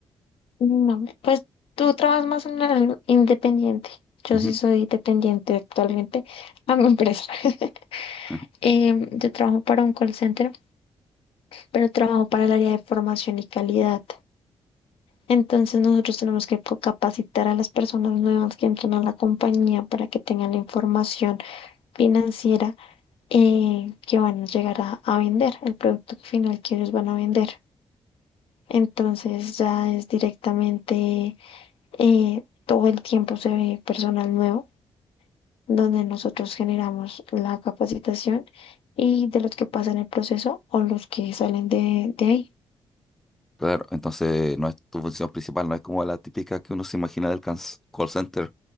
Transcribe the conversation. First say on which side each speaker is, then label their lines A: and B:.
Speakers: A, on the left (about 75°); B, in the centre.
A: No, pues tú trabajas más en el independiente. Yo
B: Ujú.
A: sí soy dependiente actualmente a mi empresa. <laughs>
B: ah.
A: Em, yo trabajo para un call center, pero trabajo para el área de formación y calidad. Entonces nosotros tenemos que co- capacitar a las personas nuevas que entran a la compañía para que tengan la información financiera eh, que van a llegar a, a vender, el producto final que ellos van a vender. Entonces ya es directamente eh, todo el tiempo se ve personal nuevo, donde nosotros generamos la capacitación y de los que pasan el proceso o los que salen de, de ahí.
B: Claro, entonces no es tu función principal, no es como la típica que uno se imagina del cans- call center,